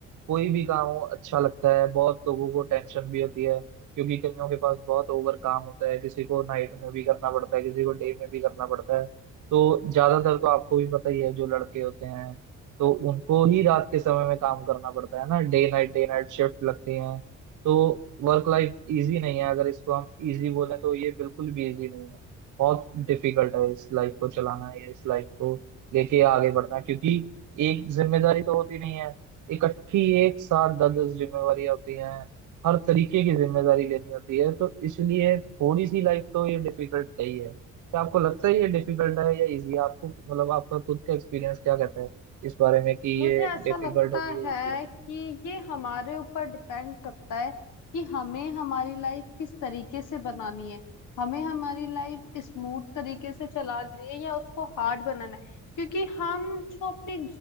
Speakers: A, on the right; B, on the left.
A: कोई भी काम हो अच्छा लगता है बहुत लोगों को टेंशन भी होती है क्योंकि कईयों के पास बहुत ओवर काम होता है किसी को नाइट में भी करना पड़ता है किसी को डे में भी करना पड़ता है तो ज्यादातर तो आपको भी पता ही है जो लड़के होते हैं तो उनको ही रात के समय में काम करना पड़ता है ना डे नाइट डे नाइट शिफ्ट लगती है तो वर्क लाइफ इजी नहीं है अगर इसको हम इजी बोलें तो ये बिल्कुल भी इजी नहीं है बहुत डिफिकल्ट है इस लाइफ को चलाना है या इस लाइफ को लेके आगे बढ़ना क्योंकि एक जिम्मेदारी तो होती नहीं है इकट्ठी एक साथ दस दस जिम्मेवारियां होती हैं हर तरीके की जिम्मेदारी लेनी होती है तो इसलिए थोड़ी सी लाइफ तो ये डिफिकल्ट है ही है क्या आपको लगता है ये डिफिकल्ट है या इजी आपको मतलब आपका खुद का एक्सपीरियंस क्या कहता है इस बारे में कि
B: मुझे
A: ये
B: ऐसा
A: डिफिकल्ट
B: लगता
A: होगी या
B: है
A: इजी होगी
B: कि ये हमारे ऊपर डिपेंड करता है कि हमें हमारी लाइफ किस तरीके से बनानी है हमें हमारी लाइफ स्मूथ तरीके से चलानी है या उसको हार्ड बनाना है क्योंकि हम जो अपनी